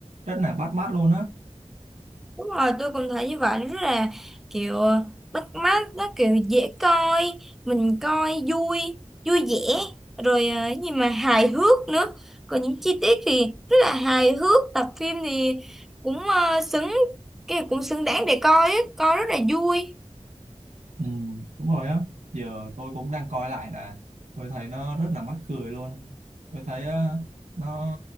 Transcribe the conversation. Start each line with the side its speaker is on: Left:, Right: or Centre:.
Right: rất là bắt mắt luôn á
Centre: Đúng rồi, tôi cũng thấy như vậy nó rất là kiểu bắt mắt, nó kiểu dễ coi, mình coi vui, vui vẻ, rồi ờ, cái gì mà hài hước nữa. Còn những chi tiết thì rất là hài hước, tập phim thì cũng ờ, xứng, cái cũng xứng đáng để coi, á, coi rất là vui.
Right: Ừ, đúng rồi á giờ tôi cũng đang coi lại là tôi thấy nó rất là mắc cười luôn tôi thấy ờ, nó